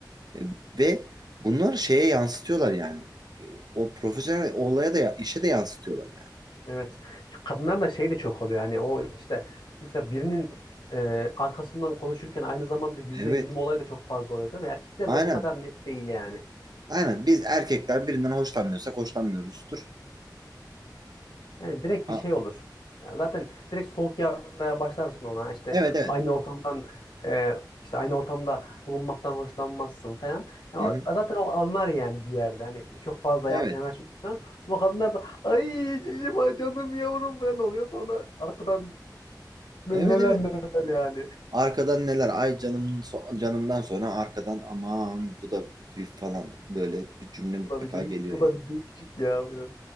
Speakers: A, on the right; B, on the left.
A: E, Ve bunlar şeye yansıtıyorlar yani. E, O profesyonel olaya da ya- işe de yansıtıyorlar yani.
B: Evet. Şu Kadınlar da şey de çok oluyor. Yani o işte mesela birinin e, arkasından konuşurken aynı zamanda yüzüne
A: Evet.
B: gülme olayı da çok fazla oluyor değil mi? Erkekler
A: Aynen.
B: de bu kadar net değil yani.
A: Aynen. Biz erkekler birinden hoşlanmıyorsak hoşlanmıyoruzdur.
B: Yani direkt
A: A-
B: bir şey olur. Ya Zaten direkt soğuk yapmaya başlarsın ona. İşte
A: evet evet.
B: aynı ortamdan e, işte aynı ortamda bulunmaktan hoşlanmazsın falan. Yani
A: Hı-hı.
B: o- zaten o anlar yani bir yerde. Hani çok fazla
A: Evet.
B: yan- yanaşmıyorsun. Ama kadınlar da ay cicim ay canım yavrum falan oluyor. Sonra arkadan neler
A: Evet evet.
B: neler yani.
A: Arkadan neler? Ay canım so- canımdan sonra arkadan aman bu da bir falan böyle bir cümle mutlaka
B: Bu da bir değişik,
A: geliyor
B: bu
A: yani.
B: da bir değişik ya. biraz.